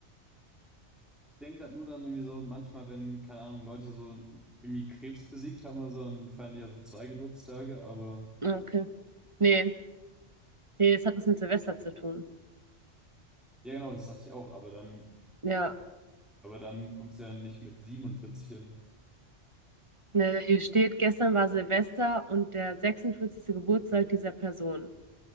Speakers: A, in the centre; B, on the right.
A: Ich denke gerade nur dann irgendwie so, manchmal, wenn, keine Ahnung, Leute so irgendwie Krebs besiegt haben oder so, dann feiern die ja so zwei Geburtstage, aber
B: Ah, Okay. Nee, nee, das hat was mit Silvester zu tun.
A: ja, genau, das dachte ich auch, aber dann
B: Ja,
A: Aber dann kommt es ja nicht mit 47 hin.
B: ne, hier steht, gestern war Silvester und der 46. Geburtstag dieser Person.